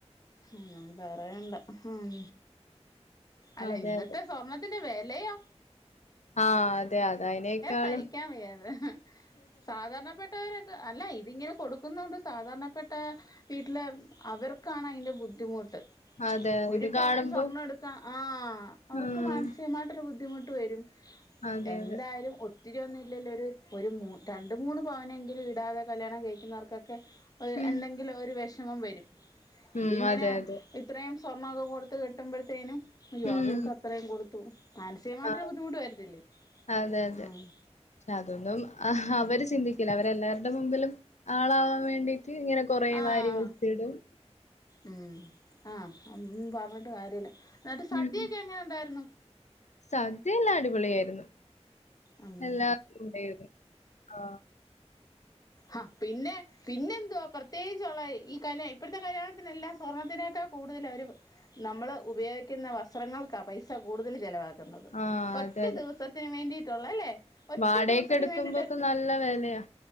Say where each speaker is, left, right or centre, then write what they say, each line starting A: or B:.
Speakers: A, on the left; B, on the left.
A: ഉം പറയണ്ട ഉം അല്ല
B: അതെ
A: ഇന്നത്തെ
B: അതെ
A: സ്വർണ്ണത്തിന്റെ വിലയോ
B: ആഹ് അതെ അതയിനേക്കാളും
A: സഹിക്കാൻ വയ്യാത് സാധാരണപ്പെട്ട അല്ല ഇതിങ്ങനെ കൊടുക്കുന്നൊണ്ട് സാധാരണപ്പെട്ട വീട്ടില് അവർക്കാണ് അതിന്റെ ബുദ്ധിമുട്ട്
B: അതെ
A: ഒരു
B: ഇത്
A: പാവൻ
B: കാണുമ്പോ
A: സ്വർണം എടുത്ത ആഹ് അവർക്ക്
B: ഉം
A: മാനസികമായിട്ടൊരു ബുദ്ധിമുട്ട് വരും
B: അതെ
A: എന്തായാലും
B: അതെ
A: ഒത്തിരിയൊന്നും ഇല്ലല്ലോ ഒരു ഒരു മൂ രണ്ട മൂന്ന് പവനങ്കിലും ഇടാതെ കല്യാണം കഴിക്കുന്നവർക്കൊക്കെ
B: ഉം
A: എന്തെങ്കിലും ഒരു വിഷമം വരും
B: ഉം
A: ഇതിങ്ങനെ
B: അതെ അതെ
A: ഇത്രയും സ്വർണ്ണൊക്കെ കൊടുത്ത് കെട്ടുമ്പോഴത്തേനും അയ്യോ
B: ഉം
A: അവർക്ക് അത്രയും കൊടു മാനസികമായിട്ടൊരു
B: ആ
A: ബുദ്ധിമുട്ട് വരത്തില്ലേ
B: അതെ അതെ
A: ഉം
B: പക്ഷെ അതൊന്നും അ അവര് ചിന്തിക്കില്ല അവരെല്ലാരുടെ മുമ്പിലും ആളാവാൻ വേണ്ടി ഇങ്ങനെ കൊറേ
A: ആഹ്
B: വാരി വെര്ത്തിടും
A: ഉം ആഹ് <unintelligible> പറഞ്ഞിട്ട് കാര്യല്ല എന്നിട്ട് സദ്യയൊക്കെ
B: ഉം
A: എങ്ങനെ ഉണ്ടായിരുന്നു
B: സദ്യ എല്ലാം അടിപൊളിയായിരുന്നു
A: ആഹ് ഉം
B: എല്ലാർക്കും ഉണ്ടായിരുന്നു ആ <inaudible>
A: ആഹ് പിന്നെ പിന്നെ എന്തുവാ പ്രത്യേകിച്ചുള്ള ഈ കല ഇപ്പോഴത്തെ കല്യാണത്തിനെല്ലാം സ്വർണ്ണത്തിനേക്കാ കൂടുതൽ അവർ നമ്മൾ ഉപയോഗിക്കുന്ന വസ്ത്രങ്ങൾക്കാ പൈസ കൂടുതൽ ചിലവാക്കുന്നത്
B: ആ
A: ഒറ്റ
B: അതെ അതെ
A: ദിവ സത്തിന് വേണ്ടിയിട്ടുള്ള അല്ലേ ഒറ്റ
B: വാടകക്ക്
A: ദിവസത്തിന്
B: എടുക്കുമ്പോക്കെ
A: വേണ്ടിട്ട്
B: നല്ല വെലയാ